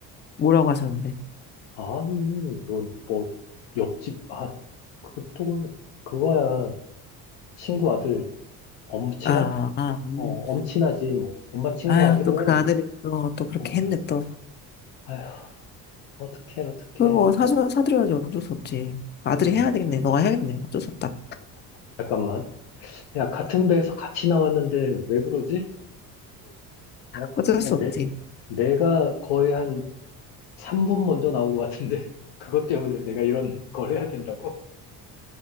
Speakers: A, on the left; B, on the left.
A: 뭐라고 하셨는데?
B: 아니, 너, 뭐, 옆집, 아, 그또 그거야. 친구 아들 엄친아?
A: 아, 아. 음.
B: 어, 엄친하지, 뭐. 엄마 친구
A: 아유,
B: 아들은,
A: 또 그 아들이 또, 또 그렇게
B: 어,
A: 했네, 또.
B: 아휴, 어떡해, 어떡해.
A: 그거 사주, 사드려야지 어쩔 수 없지.
B: 음,
A: 아들이
B: 음,
A: 해야 되겠네. 너가 해야겠네. 어쩔 수 없다.
B: 잠깐만. 야, 같은 배에서 같이 나왔는데 왜 그러지? 어?
A: 어쩔 수
B: 야,
A: 없지.
B: 내, 내가 거의 한 3분 먼저 나온 것 같은데. <laughs> 그것 때문에 내가 이런 걸 해야 된다고?